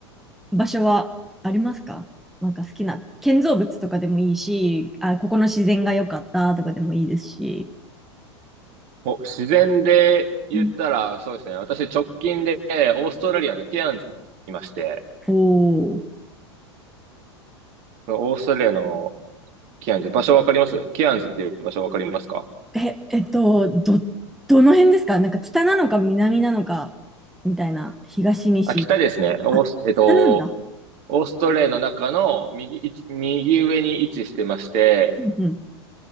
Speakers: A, in the centre; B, on the right (about 50°).
A: 場所はありますかなんか好きな建造物とかでもいいし、あ、ここの自然が良かったとかでもいいですし。
B: お、自然で言ったら、
A: うん
B: そうですね。私、直近で、オーストラリアのケアンズにいまして、
A: おお。
B: そのオーストラリアのケアンズ、場所わかりますケアンズっていう場所わかりますか
A: え、えっと、ど、どの辺ですかなんか北なのか南なのかみたいな、東西。
B: あ、北ですね。オース、
A: あ、
B: えっと、
A: 北なんだ。
B: オーストラリアの中の右いち、右上に位置してまして、
A: うんうん。